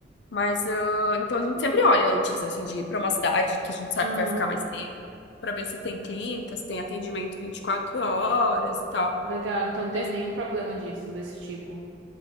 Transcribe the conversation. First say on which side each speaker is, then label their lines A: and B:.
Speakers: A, on the left; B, on the right.
A: Mas, ah, então a gente sempre olha antes, assim, de ir para uma cidade que a gente sabe
B: Aham,
A: que vai ficar mais tempo, para ver se tem clínicas, tem atendimento 24 horas e tal.
B: legal. Então não teve
A: Mas,
B: nenhum problema disso, desse tipo.